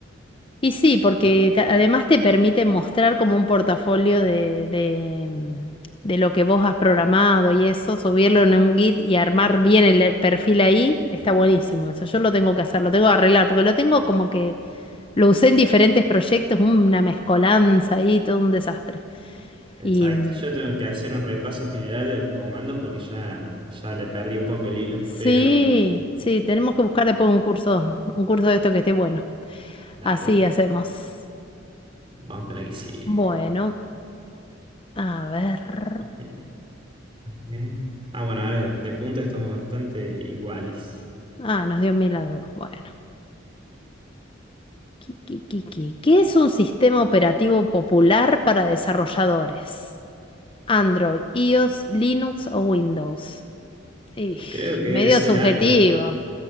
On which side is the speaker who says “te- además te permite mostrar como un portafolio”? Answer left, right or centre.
Left